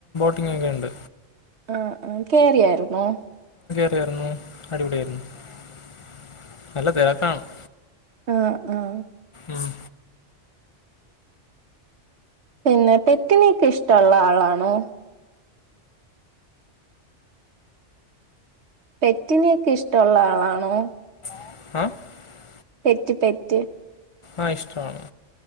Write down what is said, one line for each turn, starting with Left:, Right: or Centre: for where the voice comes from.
Left: ഉം ഉണ്ട്
Right: ആഹ ആഹ കേറിയയിരുന്നോ
Left: <inaudible>
Right: ആഹ ആഹ
Left: ഉം.
Right: പിന്നെ പെക്കിനേക്ക് ഇഷ്ടമുള്ള ആളാണോ പെറ്റിനൊക്കെ ഇഷ്ടമുള്ള ആളാണോ
Left: <inaudible>
Right: പെറ്റ് പെറ്റ്
Left: ആഹ ഇഷ്ടമാണ്